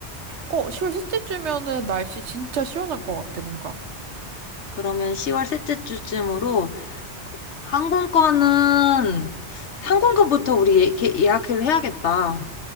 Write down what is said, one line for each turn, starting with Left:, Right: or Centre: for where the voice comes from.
Right: 어, 10월 셋째 주면은 날씨 진짜 시원할 것 같아, 뭔가.
Left: 그러면 10월 셋째 주쯤으로 항공권은 항공권부터 우리 예- 예약을 해야겠다.